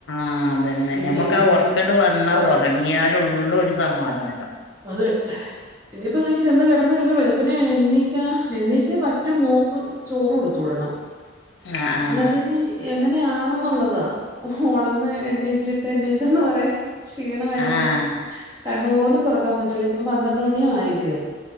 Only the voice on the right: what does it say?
പിന്നെ
ഇതും
ഒറ
അതെ ഇനിയിപ്പൊ ന ചെന്ന് കെടന്ന് ചെലപ്പോ വെളുപ്പിനെ എണീക്കാ എണീച്ചെ പറ്റു മോക്ക് ചോറ് കൊടുത്തു വിടണം
നിഅതിനി എങ്ങനെയാണെന്നുള്ളതാ ഓണന്ന് എണ്ണീച്ചിട്ട് എണ്ണീച്ചന്ന് പറയാ ക്ഷീണമായിരിക്കും
കണ്ണു പോലും തൊറക്കാൻ പറ്റൂല ഇപ്പം പന്ത്രണ്ട് മണി ആയില്ലിയൊ